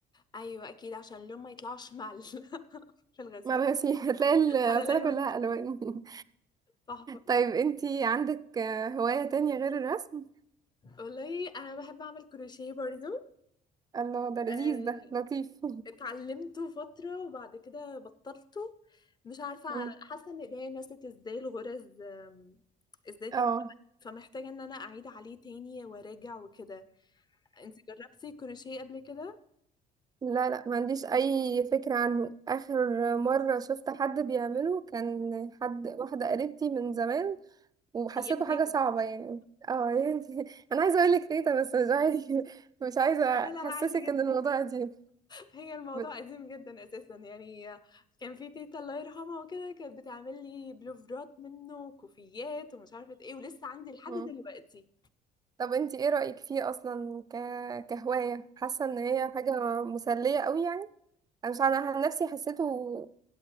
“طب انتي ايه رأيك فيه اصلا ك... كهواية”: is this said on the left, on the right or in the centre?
Right